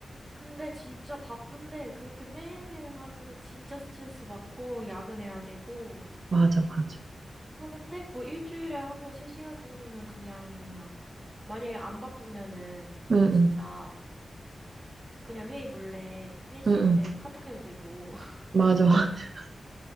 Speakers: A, on the right (about 25°); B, on the right (about 60°).
A: 근데 진짜 바쁜데 그렇게 매일매일 하면은 진짜 스트레스 받고 야근해야 되고
B: 맞아, 맞아.
A: 하는데 뭐 일주일에 한 번 3시간 정도면 그냥 뭐냐. 만약에 안 바쁘면은
B: 응, 응,
A: 진짜 그냥 회의 몰래 회의 시간에
B: 응, 응.
A: 카톡 해도 되고 <laughs>
B: 맞아. <laughs>